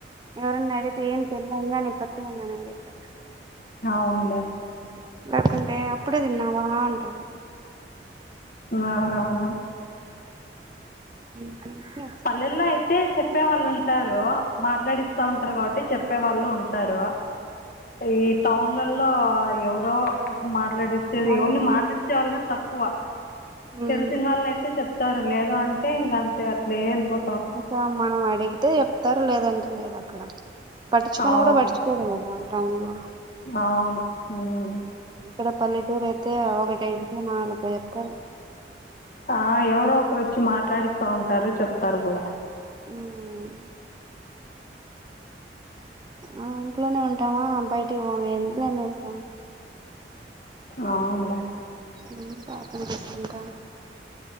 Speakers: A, on the right; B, on the left.
A: ఎవరన్నా అడిగితే ఏం తినలే నేను పత్యం ఉన్నాను అని చెప్య.
B: అవున్లే
A: లేకుంటే అప్పుడే తిన్నావా అంటారు?
B: ఆ నవును
A: అంతేగా
B: పల్లెల్లో అయితే చెప్పే వాళ్ళు ఉంటారు, మాట్లాడిస్తా ఉంటారు గాబట్టి చెప్ చెప్పే వాళ్ళు ఉంటారు, ఈ టౌన్లల్లో ఎవరో మాట్లాడిచ్చేది
A: అవును
B: ఓన్లీ మాట్లాడిచ్చే వాళ్లు గాని తక్కువ.
A: ఉమ్.
B: తెలిసిన వాళ్ళయితే చెప్తారు లేదు అంటే ఇంగ అంతే, అట్లే వెళ్ళిపో
A: ఇంకా మనం అడిగితే చెప్తారు లేదంటే లేదు అక్కడ. పట్టించుకొని
B: అవును
A: గుడ పట్చుకోరు కదా టౌన్ లో
B: అవును ఉమ్.
A: ఇక్కడ పల్లెటూరు అయితే ఒకటడిగితే నాలుగు చెప్తారు.
B: ఆ ఎవరో ఒకరు వచ్చి మాట్లాడిస్తా ఉంటారు, చెప్తారు గుడ
A: ఉమ్ ఆ ఇంట్లోనే ఉంటామా, బయటికీ పోము ఇంట్లనే వేస్తాము.
B: ఆవున్లే
A: ఉమ్ పాపను చూసుకుంటా